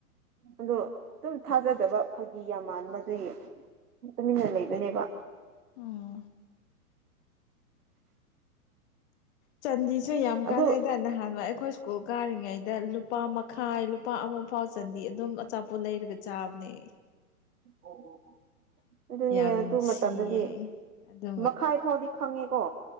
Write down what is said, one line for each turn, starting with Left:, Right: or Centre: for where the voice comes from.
Right: ꯑꯗꯣ ꯑꯗꯨꯝ ꯊꯥꯖꯗꯕ ꯐꯥꯒꯤ ꯌꯥꯝ ꯃꯥꯟꯕ ꯑꯗꯨꯏ ꯇꯨꯃꯤꯟꯅ ꯂꯩꯕꯅꯦꯕ
Left: ꯑꯗꯨꯅꯦ ꯎꯝ ꯆꯟꯗꯤꯁꯨ ꯌꯥꯝ
Right: ꯑꯗꯨ
Left: ꯀꯥꯟꯅꯩꯗ ꯅꯍꯥꯟꯋꯥꯏ ꯑꯩꯈꯣꯁ ꯀꯨꯜ ꯀꯥꯔꯤꯉꯩꯗ ꯂꯨꯄꯥ ꯃꯈꯥꯏ ꯂꯨꯄꯥ ꯑꯃ ꯐꯥꯎ ꯆꯟꯗꯤ ꯑꯗꯨꯝ ꯑꯆꯥꯄꯣꯠ ꯂꯩꯔꯒ ꯆꯥꯕꯅꯦ
Right: ꯑꯣ ꯑꯣ <unintelligible> ꯑꯗꯨꯅꯦ
Left: ꯌꯥꯝ
Right: ꯑꯗꯨ
Left: ꯅꯨꯡꯁꯤꯌꯦ
Right: ꯃꯇꯝꯗꯗꯤ
Left: ꯑꯗꯨ
Right: ꯃꯈꯥꯏ ꯐꯥꯎꯗꯤ ꯈꯪꯉꯦꯀꯣ